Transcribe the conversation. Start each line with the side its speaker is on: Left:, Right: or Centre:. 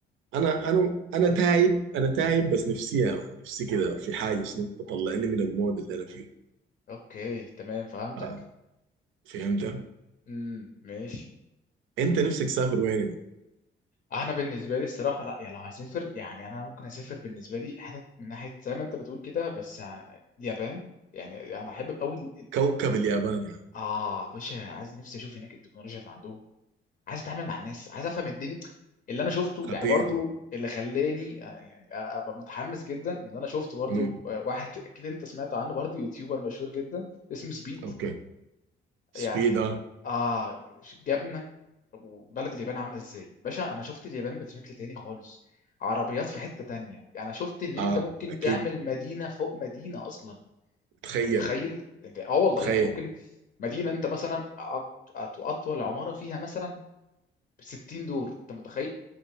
Right: انا انا انا تايب انا تايب بس نفسي يا مان نفسي كده في حاجه شنو تطلعني من المود اللي انا فيه
Left: اوكي تمام فهمتك
Right: آه. فهمت
Left: امم ماشي
Right: انت نفسك تسافر وين يا مان؟
Left: انا بالنسبه لي الصراحه لا يعني لو هسافر يعني انا ممكن اسافر بالنسبه لي حتت من ناحيه زي ما انت بتقول كده بس آه، اليابان يعني انا احب قوي
Right: كوكب اليابان يا مان
Left: اه باشا عايز نفسي اشوف هناك التكنولوجيا اللي عندهم عايز اتعامل مع الناس عايز افهم الدنيا اللي انا شفته
Right: خطير
Left: يعني برضو اللي خلاني آه، يعني آه، ابقى متحمس جدا اللي انا شفت برضو
Right: امم
Left: آه، واحد <laughs> اكيد انت سمعت عنه برضو يوتيوبر مشهور جدا اسمه سبيد
Right: اوكي سبيدا
Left: يعني اه جابنا وبلد اليابان عامله ازاي باشا انا شفت اليابان بشكل تاني خالص عربيات في حتة تانية يعني انا شفت ان انت
Right: اه
Left: ممكن
Right: اكيد
Left: تعمل مدينة فوق مدينة اصلا
Right: تخيل
Left: انت متخيل انت اه والله
Right: تخيل
Left: يعني ممكن مدينه انت مثلا أ- أط- اطول عماره فيها مثلا 60 دور انت متخيل